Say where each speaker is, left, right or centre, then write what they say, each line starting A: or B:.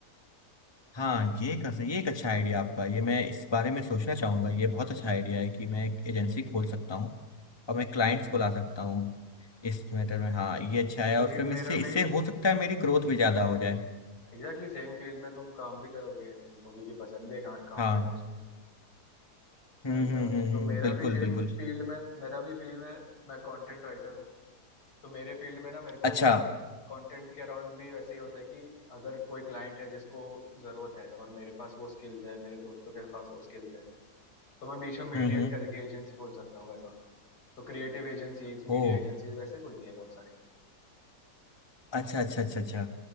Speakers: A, on the left (about 15°); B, on the left (about 85°).
A: हाँ ये कर ये एक अच्छा आइडिया आपका ये मैं इस बारे में सोचना चाहूँगा ये बहुत अच्छा आइडिया है कि मैं एक
B: हम्म
A: एजेंसी खोल सकता हूँ और मैं क्लाइंट्स
B: हम्म
A: को ला सकता हूँ इस मैटर में हाँ ये अच्छा है
B: क्योंकि
A: और फिर
B: मेरा
A: इससे इससे
B: भी
A: हो सकता है मेरी ग्रोथ भी ज़्यादा हो जाए
B: एग्जैक्टली सेम फील्ड में तुम काम भी करोगे तुमको भी कि पसंद भी है का, काम
A: हाँ
B: करना उसमें
A: हम्म
B: वैसा
A: हम्म हम्म
B: तो
A: हम्म
B: मेरा
A: बिल्कुल
B: भी सेम
A: बिल्कुल
B: फील्ड में मेरा भी फील्ड में मैं कंटेंट राइटर हूँ तो मेरे फील्ड में ना मेरे
A: अच्छा
B: को कंटेंट के अराउंड भी वैसे ही होता है कि अगर कोई क्लाइंट है जिसको ज़रूरत है और मेरे पास वो स्किल्स है मेरे दोस्तों के पास वो स्किल्स है तो मैं बीच में मीडिएट
A: हम्म हम्म
B: करके एजेंसी खोल सकता हूँ वैसा तो क्रिएटिव एजेंसीज
A: ओ
B: मीडिया एजेंसीज वैसे खुलती है बहुत सारी
A: अच्छा अच्छा अच्छा अच्छा